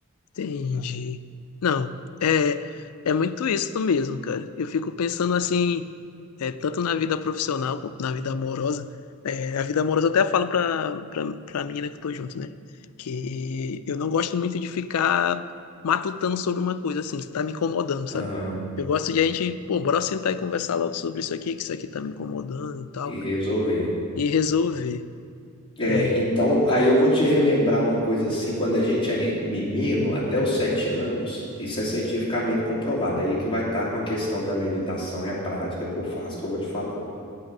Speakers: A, on the left (about 80°); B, on the left (about 25°).
A: Entendi. Não, é, é muito isso mesmo, cara. Eu fico pensando assim, é, tanto na vida profissional quanto na vida amorosa. É, a vida amorosa eu até falo pra, pra, pra menina que eu tô junto, né? Que eu não gosto muito de ficar matutando sobre uma coisa assim, que tá me incomodando, sabe?
B: Aham,
A: Eu gosto de a gente, pô, bora sentar e conversar logo sobre isso aqui, que isso aqui tá me incomodando e tal,
B: e resolver.
A: e resolver.
B: É,
A: É,
B: então, aí eu vou te relembrar uma coisa assim, quando a gente era menino, até os sete anos, isso é cientificamente comprovado, aí que vai estar com a questão da meditação e a prática que eu faço, que eu vou te falar.